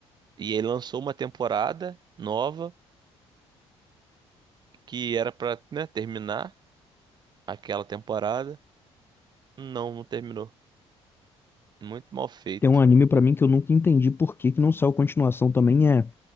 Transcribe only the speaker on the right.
E ele lançou uma temporada nova que era pra, né, terminar aquela temporada. Não, não terminou. Muito mal feito.